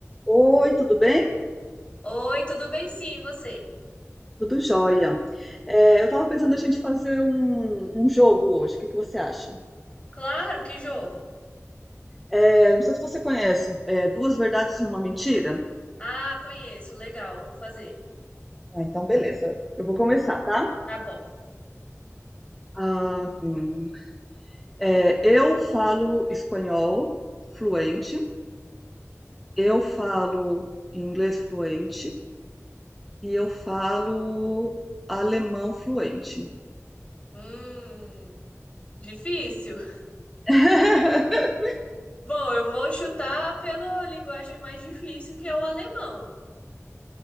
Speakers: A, in the centre; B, on the left.
A: Oi, tudo bem?
B: Oi, tudo bem? Sim, e você?
A: Tudo jóia. É, eu estava pensando a gente fazer um, um jogo hoje. O que que você acha?
B: Claro, que jogo?
A: É, não sei se você conhece, é, Duas Verdades e uma Mentira.
B: Ah, conheço, legal, vamos fazer.
A: Ah, então, beleza. Eu vou começar, tá?
B: Tá bom.
A: Ah, hum, é, eu falo espanhol fluente, eu falo inglês fluente e eu falo alemão fluente.
B: Hum, difícil.
A: <laughs>
B: Bom, eu vou chutar pela linguagem mais difícil, que é o alemão.